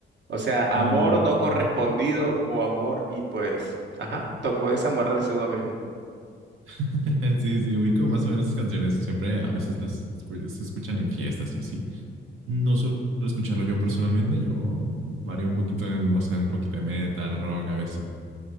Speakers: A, on the right (about 60°); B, on the right (about 85°).
A: O sea,
B: Claro,
A: amor no correspondido
B: claro.
A: o amor y pues, ajá, tocó desamorarse uno mismo. O
B: <laughs> Sí, sí, ubico más o menos esas canciones. Siempre a veces las escu- se escuchan en fiestas y así. No suelo escucharlo yo personalmente. Yo varío un poquito en, no sé, un poquito de metal, rock a veces.